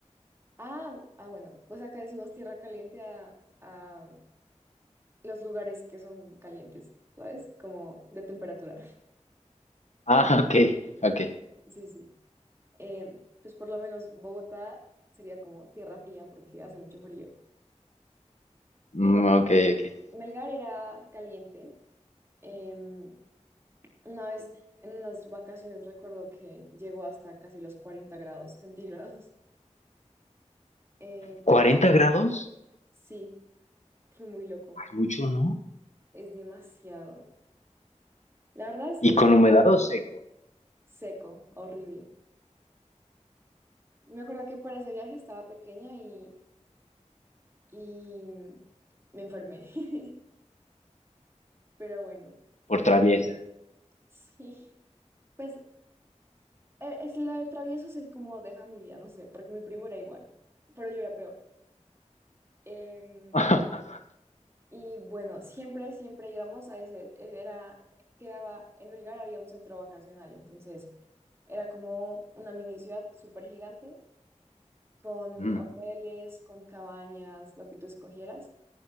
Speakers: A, on the right; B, on the left.
A: ah, ah, bueno, pues acá decimos tierra caliente a, a los lugares que son calientes, ¿sabes? Como de temperatura.
B: Ah, <laughs> ok, ok,
A: <laughs> Sí, sí. Eh, pues por lo menos Bogotá sería como tierra fría porque hace mucho frío.
B: Mm,
A: Y bueno,
B: ok, ok.
A: Melgar era caliente. Em, una vez en unas vacaciones recuerdo que llegó hasta casi los 40 grados centígrados. <laughs> Em,
B: ¿40 grados?
A: sí, fue muy loco.
B: Ay, mucho, ¿no?
A: Es demasiado. La verdad es,
B: Y
A: es
B: con humedad o seco,
A: seco, horrible. Me acuerdo que para ese viaje estaba pequeña y, y me enfermé. <laughs> Pero bueno,
B: por traviesa.
A: sí. Pues Eh, Es lo de traviesos es como de familia, no sé, porque mi primo era igual, pero yo era peor. Em,
B: <laughs>
A: y bueno, siempre, siempre íbamos a ese, e, era, quedaba, en Melgar había un centro vacacional, entonces era como una mini ciudad súper gigante, con
B: Mm,
A: hoteles, con cabañas, lo que tú escogieras,